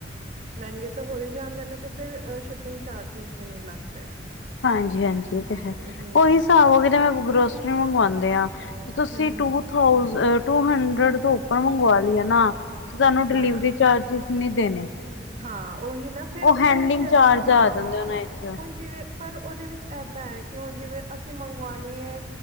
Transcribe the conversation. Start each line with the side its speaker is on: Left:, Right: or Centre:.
Right: ਮਹਿੰਗੇ ਤਾਂ ਹੋ ਹੀ ਜਾਂਦੇ ਨੇ, ਤੇ ਫਿਰ ਸ਼ਿਪਿੰਗ ਚਾਰਜਿਜ, ਵੀ ਨਹੀਂ ਲੱਗਦੇ।
Left: ਹਾਂਜੀ--ਹਾਂਜੀ ਤੇ ਹੈ
Right: ਹਮ
Left: ਉਹੀ ਹਿਸਾਬ ਦੇ ਨਾਲ ਗਰੋਸਰੀ ਮੰਗਵਾਉਂਦੇ ਹਾਂ ਤੁਸੀਂ
Right: ਹਮ
Left: ਟੂ ਥੋਜੇਂਟ ਟੂ ਹੰਡਰਡ ਤੋਂ, ਉੱਪਰ ਮੰਗਵਾ ਲੀਏ ਨਾ, ਸਾਨੂੰ ਡਿਲੀਵਰੀ
Right: ਹਾਂ
Left: ਚਾਰਜਿਜ ਨੀ ਦੇਣੇ।
Right: ਹਾਂ, ਉਹੀ ਨਾ ਫਿਰ
Left: ਉਹ
Right: ਉਹਦੇ
Left: ਹੈਂਡਲਿੰਗ
Right: ਵਿੱਚ
Left: ਚਾਰਜ
Right: ਹਾਂ,
Left: ਆ ਜਾਂਦੇ ਉਹਨਾਂ ਵਿੱਚ
Right: ਹੁਣ ਜਿਵੇਂ ਪਰ ਉਹਦੇ ਵਿੱਚ ਏਦਾਂ ਹੈ, ਕਿ ਹੁਣ ਜਿਵੇਂ ਅਸੀਂ ਮਗਵਾਉਣੀ ਏ,